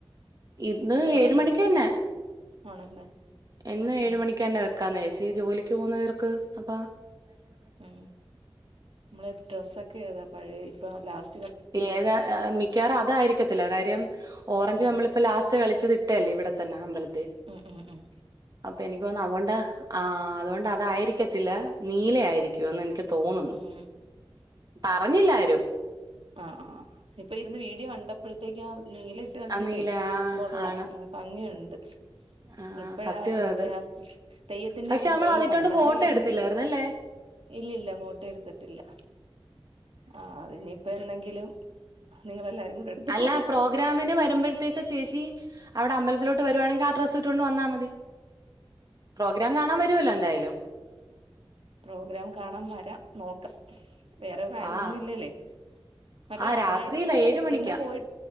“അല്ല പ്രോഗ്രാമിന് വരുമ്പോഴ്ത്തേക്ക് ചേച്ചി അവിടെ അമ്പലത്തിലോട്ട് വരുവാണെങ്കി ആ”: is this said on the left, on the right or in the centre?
Right